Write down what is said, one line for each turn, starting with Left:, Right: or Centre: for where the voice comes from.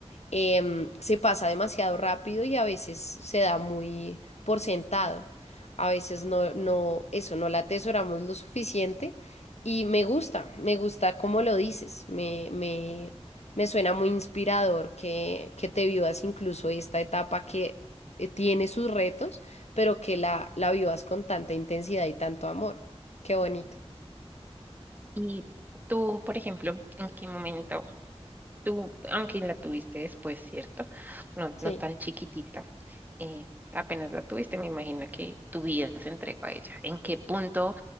Left: em, se pasa demasiado rápido y a veces se da muy por sentado. A veces no, no, eso, no la atesoramos lo suficiente y me gusta, me gusta cómo lo dices, me, me, me suena muy inspirador que, que te vivas incluso esta etapa que eh, tiene sus retos, pero que la, la vivas con tanta intensidad y tanto amor. Qué bonito.
Right: Y tú, por ejemplo, ¿en qué momento? tú, aunque la tuviste después, ¿cierto? No,
Left: Sí.
Right: no tan chiquitita. eh, apenas la tuviste, me imagino que tu vida se entregó a ella. ¿En qué punto